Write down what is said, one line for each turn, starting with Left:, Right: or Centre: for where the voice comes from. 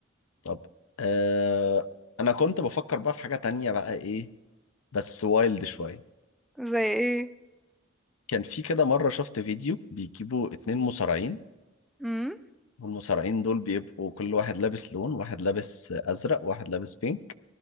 Left: طب آه انا كنت بفكر بقى في حاجة تانية بقى ايه بس وايلد شوية
Centre: زي ايه
Left: كان في كده مرة شفت فيديو بيجيبوا اتنين مصارعين
Centre: امم
Left: والمصارعين دول بيبقوا كل واحد لابس لون واحد لابس ازرق واحد لابس بينك